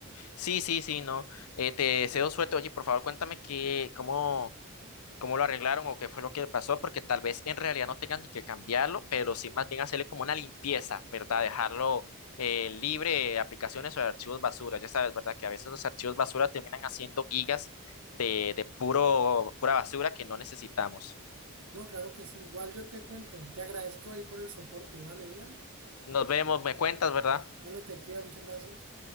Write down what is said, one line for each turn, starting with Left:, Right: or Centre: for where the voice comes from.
Left: Sí, sí, sí, no. Eh, te deseo suerte. Oye, por favor, cuéntame qué, cómo, cómo lo arreglaron o qué fue lo que pasó, porque tal vez en realidad no tengan ni que cambiarlo, pero sí más bien hacerle como una limpieza, ¿verdad? Dejarlo eh, libre de aplicaciones o de archivos basura. Ya sabes, ¿verdad? Que a veces los archivos basura terminan haciendo gigas de, de puro, pura basura que no necesitamos.
Right: No, claro que sí, igual yo te cuento, te agradezco ahí por el soporte, ¿vale, William?
Left: Nos vemos, me cuentas, ¿verdad?
Right: Vale, te cuida, muchas gracias.